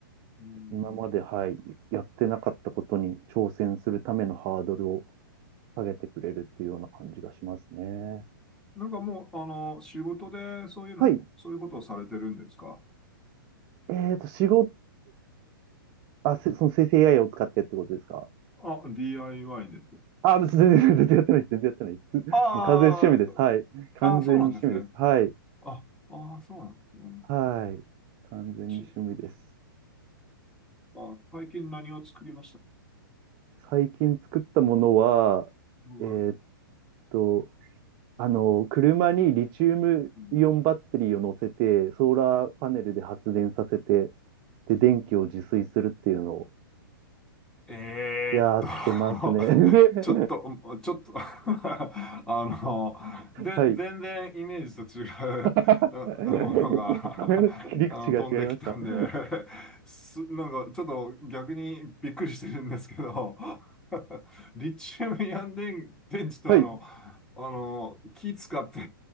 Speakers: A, in the centre; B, on the right.
A: うん
B: 今まで、はい、やってなかったことに挑戦するためのハードルを下げてくれるっていうような感じがしますね。
A: なんかもう、あの、仕事でそういうの、
B: はい。
A: そういうことをされてるんですか
B: えっと、仕事、あ、せその生成 AI を使ってってことですか
A: あ、DIY で。
B: あ、全然、全然やってないです。全然やってないです。
A: ああ、
B: もう完全に趣味です。
A: そ、
B: はい。完全に趣味です。
A: あ、そうなんですね。
B: はい。
A: あ、ああ、そうなんですね。
B: はい。
A: うん
B: 完全に趣味です。
A: しあ、最近何を作りました
B: 最近作ったものは、
A: うん。
B: えーっと、あの、車にリチウムイオンバッテリーを乗せて、
A: うん
B: ソーラーパネルで発電させて、で、電気を自炊するっていうのを
A: えーっと
B: やってますね。<laughs>
A: <laughs> ちょっと、ちょっと <laughs> あの、で、
B: はい。
A: 全然イメージと違う
B: <laughs>
A: うものが <laughs>
B: 切り口が違いました。
A: あの、飛んできたんで
B: <laughs>
A: <laughs> す、なんかちょっと逆にびっくりしてるんですけど <laughs> リチウムイオン電、電池とあの、
B: はい、
A: あの、気使って